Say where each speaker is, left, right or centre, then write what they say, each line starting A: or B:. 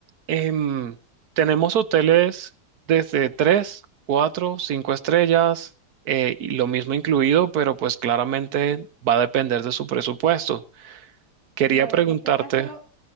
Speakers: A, on the right; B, on the right.
A: em, tenemos hoteles desde 3, 4, 5 estrellas, eh, y lo mismo incluido, pero pues claramente va a depender de su presupuesto. Quería
B: No,
A: preguntarte,
B: en este caso,